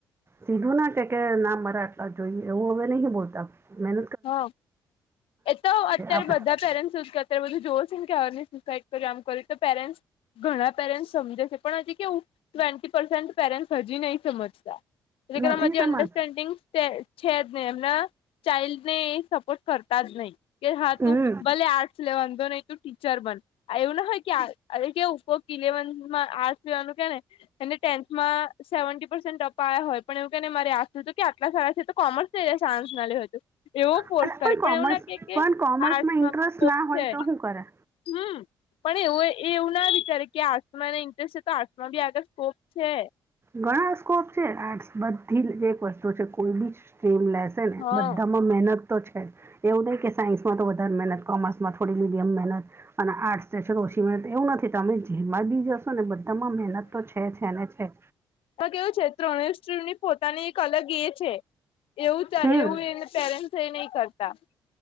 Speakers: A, on the right; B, on the left.
A: સીધું ના કે કે ના મરાટલા જોઈએ, એવું હવે નહી બોલતા મે
B: હા એ તો અત્યારે
A: આપણે
B: બધા પેરેન્ટ્સ કર ત્યાર બધ જો કેને સુસાઈડ કર આમ કર્યુ તો પેરેન્ટ્સ ઘણા પેરેન્ટ સમજે છે પણ હજી કેવું ટ્વેન્ટી પસે પેરેન્ટસ હજી નહી સમજતા એટલે કે
A: નથી
B: મ
A: સમાન
B: અન્ડરસ્ટેન્ડિંગ છે જ નહી એમના ચાઇલ્ડ ને એ સપોર્ટ કરતા જ નહી, કે હા તું
A: હમ
B: ભલે આર્ટસ લેવાો નહી તું ટીચર બન એવું ના હોય કે કે ઉપર કિલે મંદ માં આર્સ પીવાનું કે ને એને ટેન્થમાં સેવન્ટી પસેન્ટ અપા્યા હોય પણ એવું કેને મારે આુંધું કે આટલા સારા છે, તો કોમર્સ સાન્સ ના લ્યું હતુ. એવો
A: અલા
B: ફોર્સ કરે પણ
A: કોમર્સ
B: એવું ના કે કે
A: પણ કોમર્સમાં
B: આર્ટસમાં
A: ઇન્ટરેસ્ટ
B: સ્કોપ
A: ના હોય
B: છે.
A: તો શું કરે
B: હમ્મ પણ એવું એવું ના વિચારે કે આર્ટ્સમાં એને ઇન્ટરેસ્ટ છે તો આર્ટ્સમાં બી આગળ સ્કોપ છે.
A: ઘણા સ્કોપ છે આર્ટસ બધી એક વસ્તુ છે કોઈ બી સ્ટ્રીમ લેસ ને
B: હા
A: બધામાં મહેનત તો છે જ એવું નહીં કે સાયન્સમાં તો વધારે મહેનત કોમર્સમાં થોડી મીડિયમ મહેનત અને આઠ સ્ટેશ ઓશી મિનટ એવું નથી. તમે જે બા બી જશો ને બધામાં મહેનત તો છે છે અને છે જ.
B: તો કેવું છે ત્રણેય સત્રીની પોતાની એક અલગ એ છે એવું
A: હમ
B: એવું એ પેરેન્ટસ એ નહી કરતા.